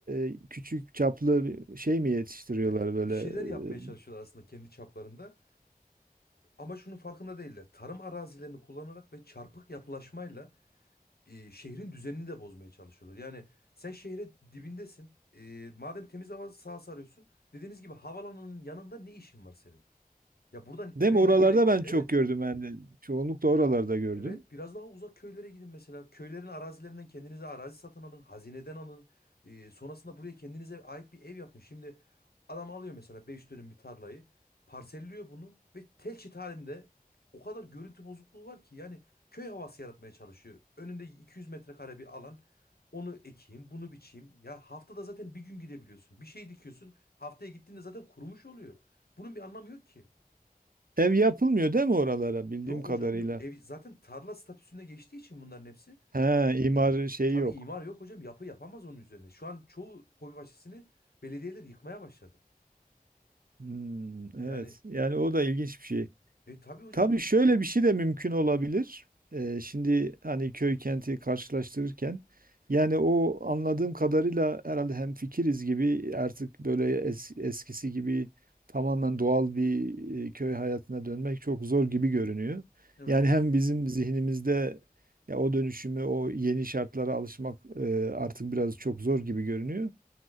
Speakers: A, on the right; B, on the left.
A: e, küçük çaplı bir şey mi yetiştiriyorlar
B: Eh,
A: böyle?
B: Bir şeyler yapmaya
A: e,
B: çalışıyorlar aslında kendi çaplarında. Ama şunun farkında değiller. Tarım arazilerini kullanarak ve çarpık yapılaşmayla e, şehrin düzenini de bozmaya çalışıyorlar. Yani sen şehre dibindesin. E, madem temiz hava sahası arıyorsun. Dediğiniz gibi havalanın yanında ne işin var senin? Ya buradan
A: değil
B: eve
A: mi? Oralarda
B: ne gerek var?
A: ben
B: Evet.
A: çok gördüm yani. Çoğunlukla oralarda gördüm.
B: Evet, biraz daha uzak köylere gidin mesela. Köylerin arazilerinden kendinize arazi satın alın, hazineden alın. Ee, sonrasında buraya kendinize ait bir ev yapın. Şimdi adam alıyor mesela 5 dönüm bir tarlayı, parselliyor bunu ve tel çit halinde o kadar görüntü bozukluğu var ki yani köy havası yaratmaya çalışıyor. Önünde 200 metrekare bir alan. Onu ekeyim, bunu biçeyim. Ya haftada zaten bir gün gidebiliyorsun. Bir şey dikiyorsun, haftaya gittiğinde zaten kurumuş oluyor. Bunun bir anlamı yok ki.
A: Ev yapılmıyor değil mi oralara bildiğim
B: Yok
A: kadarıyla?
B: hocam yok. Ev zaten tarla statüsüne geçtiği için bunların hepsi
A: He, imar
B: e,
A: şeyi
B: tabii
A: yok.
B: imar yok hocam. Yapı yapamaz onun üzerine. Şu an çoğu hobi bahçesini belediyeler yıkmaya başladı.
A: Hmm,
B: Yani
A: evet. Yani o da ilginç bir şey.
B: e tabii hocam
A: Tabii
B: bir
A: şöyle bir şey de mümkün olabilir. Ee, şimdi hani köy kenti karşılaştırırken yani o anladığım kadarıyla herhalde hemfikiriz gibi artık böyle es- eskisi gibi tamamen doğal bir e, köy hayatına dönmek çok zor gibi görünüyor.
B: Evet
A: Yani
B: hocam.
A: hem bizim zihnimizde ya o dönüşümü, o yeni şartlara alışmak e, artık biraz çok zor gibi görünüyor.